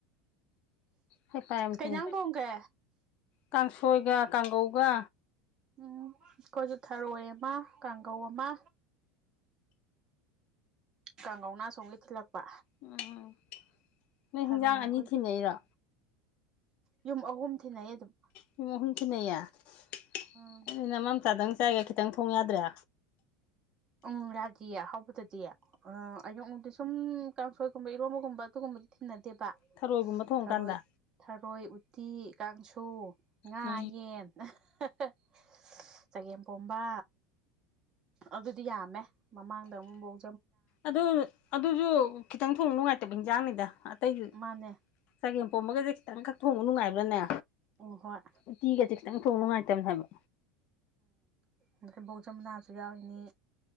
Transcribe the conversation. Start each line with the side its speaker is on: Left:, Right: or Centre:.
Left: ꯍꯩꯄꯥ ꯌꯥꯝ
Right: ꯀꯩꯩꯏꯟꯖꯥꯡ
Left: ꯁꯥꯏ
Right: ꯊꯣꯡꯒꯦ
Left: ꯀꯥꯡꯁꯣꯏꯒ ꯀꯥꯡꯒꯧꯒ
Right: ꯎꯝ ꯑꯩꯈꯣꯏꯁꯨ ꯊꯔꯣꯏ ꯑꯃ ꯀꯥꯡꯒꯧ ꯑꯃ ꯀꯥꯡꯒꯧꯅ ꯑꯁꯣꯝꯒꯤ ꯊꯤꯜꯂꯛꯄ
Left: ꯎꯝ ꯅꯣꯏ
Right: ꯊꯔꯣꯏꯅ
Left: ꯍꯤꯟꯖꯥꯡ ꯑꯅꯤ
Right: ꯑꯩꯈꯣꯏꯒꯤ
Left: ꯊꯤꯟꯅꯩꯔꯣ
Right: ꯌꯨꯝ ꯑꯍꯨꯝ ꯊꯤꯟꯅꯩ ꯑꯗꯨꯝ
Left: ꯌꯨꯝ ꯑꯍꯨꯝ ꯊꯤꯟꯅꯩꯌꯦ ꯅꯣꯏꯗꯤ
Right: ꯎꯝ
Left: ꯅꯃꯥꯝꯆꯥꯗꯪ ꯆꯥꯏꯒ ꯈꯤꯇꯪ ꯊꯣꯡ ꯌꯥꯗ꯭ꯔꯦ
Right: ꯎꯝ ꯌꯥꯗꯤꯌꯦ ꯑꯍꯥꯎꯕꯗꯗꯤ ꯑ ꯑꯌꯨꯛꯅꯨꯡꯗꯤ ꯁꯨꯝ ꯀꯥꯡꯁꯣꯏꯒꯨꯝꯕ ꯏꯔꯣꯝꯕꯒꯨꯝꯕ ꯑꯗꯨꯒꯨꯝꯕꯗꯤ ꯊꯤꯟꯅꯗꯦꯕ ꯁꯍ
Left: ꯊꯔꯣꯏꯒꯨꯝꯕ ꯊꯣꯡꯀꯥꯟꯗ
Right: ꯊꯔꯣꯏ ꯊꯔꯣꯏ ꯎꯠ ꯇꯤ ꯀꯥꯡꯁꯨ ꯉꯥ
Left: ꯎꯝ
Right: ꯌꯦꯟ ꯍꯥ- ꯍꯥ ꯆꯒꯦꯝꯄꯣꯝꯕ ꯑꯗꯨꯗꯤ ꯌꯥꯝꯃꯦ ꯃꯃꯥꯡꯗ ꯑꯃꯨꯛꯐꯧ
Left: ꯑꯗꯨꯕꯨꯗꯤ ꯑꯗꯨꯁꯨ ꯈꯤꯇꯪ ꯊꯣꯡꯕ ꯅꯨꯡꯉꯥꯏꯇꯕ ꯏꯟꯖꯥꯡꯅꯤꯗ ꯇꯩ
Right: ꯃꯥꯅꯦ
Left: ꯆꯒꯦꯝ ꯀꯨꯝꯕꯒꯖꯦ ꯈꯤ ꯈꯤꯇꯪꯈꯛ ꯊꯣꯡꯕ ꯅꯨꯡꯉꯥꯏꯕ꯭ꯔꯥꯅꯦ
Right: ꯎꯝ ꯍꯣꯏ
Left: ꯎꯇꯤꯒꯁꯦ ꯈꯤꯇꯪ ꯊꯣꯡ ꯅꯨꯡꯉꯥꯏꯇꯕꯅꯦ ꯍꯥꯏꯕ
Right: ꯑꯗꯒꯤ ꯕꯣꯛ ꯖꯝꯃꯨꯅꯥꯁꯨ ꯌꯥꯎꯔꯤꯅꯤ